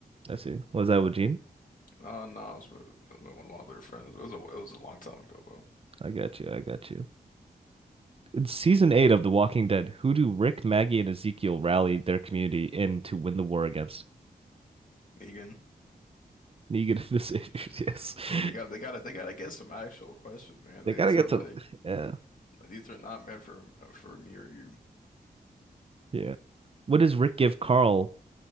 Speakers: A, on the right; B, on the left.
A: I see. Was that with Gene?
B: Uh, no, it was with, it was with one of my other friends. It was a it was a long time ago
A: I got you. I got you. In season eight of The Walking Dead, who do Rick, Maggie, and Ezekiel rally their community in to win the war against?
B: though. Negan,
A: Negan
B: Negan.
A: and the Saviors. Yes. <laughs>
B: Bro, they got they got to they got to get some actual questions, man.
A: They
B: These
A: gotta get
B: are like
A: some. Yeah.
B: these are not meant for for me or you.
A: Yeah. What does Rick give Carl